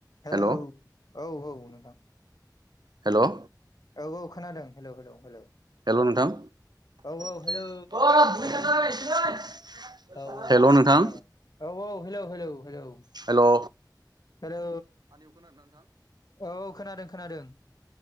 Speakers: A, on the left; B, on the right.
A: हेलौ
B: हेल'
A: औ औ नोंथां
B: हेलौ
A: औ औ खोनादों हेलौ हेलौ हेलौ
B: हेलौ नोंथां
A: औ औ
B: <unintelligible>
A: हेलौ औ औ
B: हेल' नोंथां
A: खोनादों औ औ hello hello hello
B: hello
A: hello औ औ खोनादों खोनादों